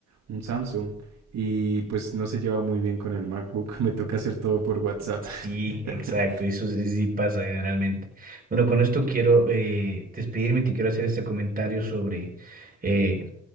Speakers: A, on the right (about 60°); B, on the right (about 30°).
A: un Samsung, y pues no se lleva muy bien con el MacBook, <laughs> me toca hacer todo por WhatsApp.
B: Sí,
A: <laughs>
B: exacto, eso sí, sí pasa generalmente. Bueno, con esto quiero eh, despedirme y te quiero hacer este comentario sobre eh,